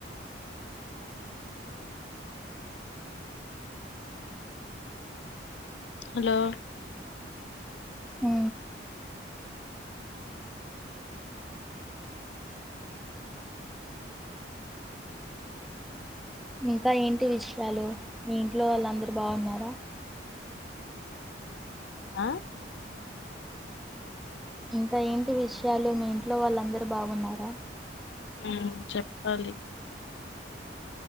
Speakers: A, on the left (about 70°); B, in the centre.
A: హలో
B: ఆ ఇంకా ఏంటి విషయాలు మీ ఇంట్లో వాళ్ళందరు బాగున్నారా
A: ఆ
B: ఇంకా ఏంటి విషయాలు మీ ఇంట్లో వాళ్ళందరు బాగున్నారా
A: ఆ చెప్పాలి